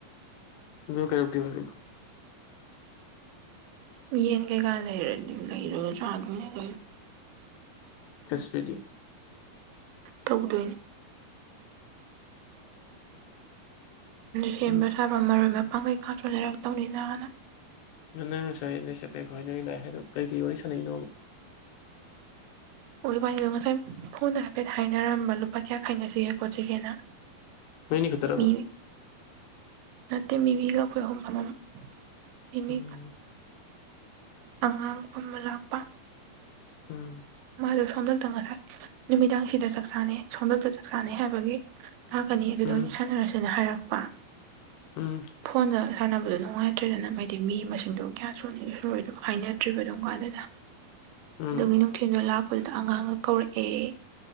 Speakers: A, on the left (about 80°); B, on the right (about 85°).
A: ꯑꯗꯨꯒ ꯀꯩꯗꯧꯗꯣꯏꯕ
B: ꯌꯦꯟ ꯀꯩ ꯀꯥꯟꯂꯔꯗꯤ ꯂꯩ ꯍꯔꯔꯕꯑꯣ ꯆꯗ
A: ꯈ꯭ꯔꯤꯁꯤꯗꯤ
B: ꯇꯧꯗꯣꯏꯅꯤ ꯁꯦꯝꯕ
A: ꯎꯝ
B: ꯁꯥꯕ ꯃꯔꯣꯏ ꯑꯣꯏꯅ ꯄꯥꯡꯒꯩ ꯀꯥꯁꯨ ꯂꯩꯔꯛꯇꯧꯅꯤꯅ ꯍꯥꯟꯅ
A: ꯉꯪ ꯅꯪ ꯉꯁꯥꯏ ꯅꯁꯦꯄꯔꯦꯡꯀꯣ ꯍꯥꯏꯅꯔꯤ ꯂꯥꯛꯑ ꯍꯥꯏꯗꯣ ꯀꯔꯤ ꯀꯔꯤ ꯋꯥꯔꯤꯥꯟꯅꯔꯤꯅꯣꯕ
B: ꯑꯣꯏ ꯋꯥꯅꯤꯗꯣ ꯉꯁꯥꯏ ꯐꯣꯟꯗ ꯍꯥꯏꯐꯦꯠ ꯍꯥꯏꯅꯔꯝꯕ ꯂꯨꯄꯥ ꯀꯌꯥ ꯈꯥꯏꯅꯁꯤꯒꯦ ꯈꯣꯠꯁꯤꯒꯦꯅ
A: ꯅꯣꯏ ꯑꯅꯤ ꯈꯠꯇꯔꯕ
B: ꯃꯤ ꯅꯠꯇꯦ ꯃꯤꯃꯤꯒ ꯑꯩꯈꯣꯏ ꯑꯍꯨꯝ ꯐꯥꯃꯝ ꯃꯤꯃꯤ
A: ꯎꯝ
B: ꯑꯉꯥꯡ ꯐꯝꯕ ꯂꯥꯛꯄ
A: ꯎꯝ
B: ꯃꯥꯗꯣ ꯁꯣꯟꯗꯛ ꯇ ꯉꯥꯔꯥꯡ ꯅꯨꯃꯤꯗꯥꯡ ꯁꯤꯗ ꯆꯥꯛ ꯆꯥꯅꯦ ꯁꯣꯝꯗꯇꯥ ꯆꯥꯛ ꯆꯥꯅꯦ ꯍꯥꯏꯕꯒꯤ ꯂꯥꯛꯀꯅꯤ ꯑꯗꯨꯗ
A: ꯎꯝ
B: ꯑꯣꯏꯅ ꯁꯥꯟꯅꯔꯁꯦꯅ ꯍꯥꯏꯔꯛꯄ
A: ꯎꯝ
B: ꯐꯣꯟꯗ ꯁꯥꯟꯅꯕꯗꯣ ꯅꯨꯡꯉꯥꯏꯇ꯭ꯔꯦꯗꯅ ꯍꯥꯏꯗꯤ ꯃꯤ ꯃꯁꯤꯡꯗꯣ ꯒꯌꯥꯟ ꯁꯣꯅꯤꯔꯣꯏ ꯑꯗꯨꯝ ꯍꯥꯏꯅꯗ꯭ꯔꯤꯕ ꯑꯗꯨꯝ ꯀꯥꯟꯗꯨꯗ
A: ꯎꯝ
B: ꯑꯗꯨꯒꯤ ꯊꯣꯏꯅꯣ ꯂꯥꯛꯄꯗꯨꯗ ꯑꯉꯥꯡꯒ ꯀꯧꯔꯛꯑꯦ